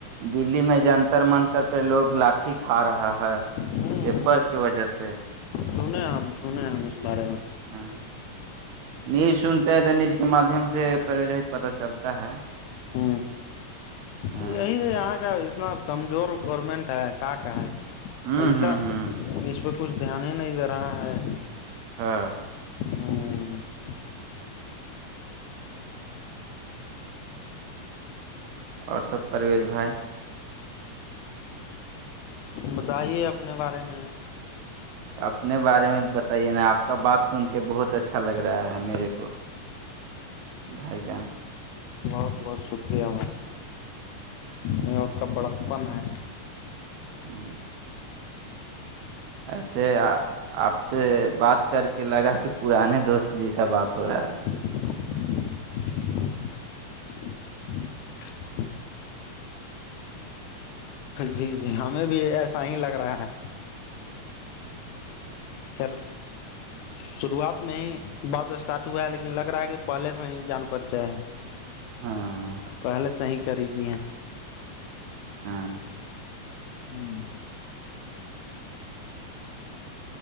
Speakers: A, on the right (about 75°); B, on the left (about 80°).
A: دلی میں جنتر منتر پہ لوگ لاک ٹھیک آ رہا ہے
B: ہ
A: پیپر کی وجہ سے
B: سنے ہم سنے ہم اس بارے میں
A: ہاں نیوز سنتے ہیں تو نیوز کے مادھیم سے پروج پتا چلتا ہے
B: ہ
A: ہاں
B: ہ یہی یہاں کا اتنا کمزور گورنمنٹ ہے کا کہ ہے
A: ہوں
B: ایسا
A: ہوں ہوں
B: اس پہ کچھ دھیان ہی نہیں دے رہا ہے
A: ہاں
B: ہ
A: اور سب پرویز بھائی
B: بتائیے اپنے بارے میں
A: اپنے بارے میں بتائیے نا آپ کا بات سن کے بہت اچھا لگ رہا ہے میرے کو بھائی جان
B: بہت بہت شکریہ بھائی آپ کا بڑا پن ہے
A: ہاں <inaudible> ایسے آپ سے بات کر کے لگا کہ پرانے دوست جیسا بات ہو رہا ہے
B: <inaudible> جی جی ہمیں بھی ایسا ہی لگ رہا ہے
A: <inaudible>
B: خیر شروعات میں ہی بات اسٹارٹ ہوا ہے لیکن لگ رہا ہے کہ پہلے سے ہی جان پرچے ہے
A: ہاں
B: پہلے سے ہی کری گی ہیں
A: ہاں
B: ہوں